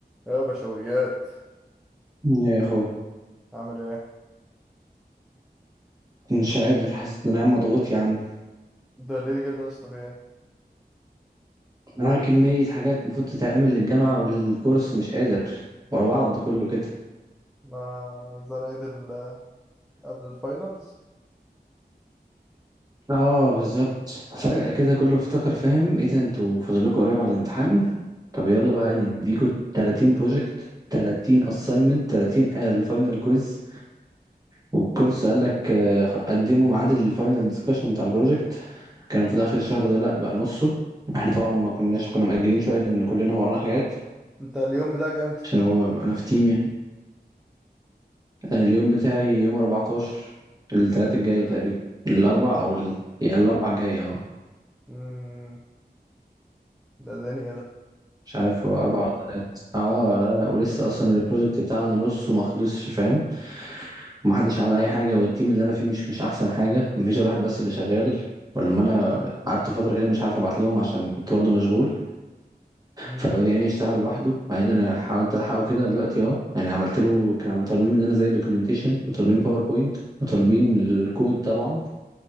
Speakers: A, in the centre; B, on the right.
A: يا بشويات
B: يا اخوي
A: عامل ايه
B: مش قادر حاسس ان انا عم مضغوط يا عم
A: ده ليه كده يا اسطى في ايه
B: انا كمية حاجات المفروض تتعمل للجامعة وللكورس مش قادر ورا بعض كله كده
A: ما زنقت ال قبل الفاينلز
B: اه بالظبط فجأة كده كله افتكر فاهم ايه ده انتوا فاضل لكم قريب على الامتحان طب يلا بقى
A: مم.
B: نديكوا 30 بروجكت 30 assignment 30 الفاينل كويز والكورس قال لك آه، قدموا ميعاد الفاينل ديسكشن بتاع البروجكت كان المفروض اخر الشهر ده لا بقى نصه احنا طبعا ما كناش كنا مأجلين شويه لان كلنا ورانا حاجات
A: انت اليوم بتاعك امتى
B: عشان هو انا في تيم يعني اليوم بتاعي يوم 14 التلات الجاي
A: ساتر
B: تقريبا الاربع او ال... يعني الاربع الجاي اه
A: امم ده دنيا ده
B: مش عارف هو اربع ولا تلات اه لا لا ولسه اصلا البروجكت بتاعنا نصه ما خلصش فاهم ومحدش عمل اي حاجه والتيم اللي انا فيه مش مش احسن حاجه مفيش غير واحد بس اللي شغال ولما انا قعدت فتره كده مش عارف ابعت لهم عشان كنت برضه مشغول
A: امم
B: فالواد يعني يشتغل لوحده بعدين انا حاولت الحقه كده دلوقتي اهو يعني عملت له كانوا طالبين مننا زي دوكيومنتيشن وطالبين باوربوينت وطالبين الكود طبعا